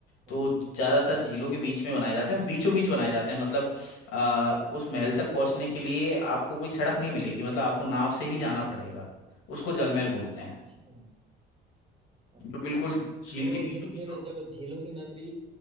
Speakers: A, on the right; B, on the left.
A: अच्छा
B: तो
A: अच्छा हम्म
B: ज्यादातर झीलों के बीच में बनाए जाते हैं बीचों बीच बनाए जाते हैं मतलब आ, उस महल तक पहुंचने के लिए आपको कोई सड़क नहीं मिलेगी मतलब आपको नाव से ही जाना पड़ेगा उसको जलमहल बोलते हैं
A: अच्छा अच्छा
B: जो बिल्कुल
A: अच्छा
B: झील
A: तो
B: के बीचों
A: ये तो
B: बीच
A: फिर
B: हो
A: जब झीलों की नगरी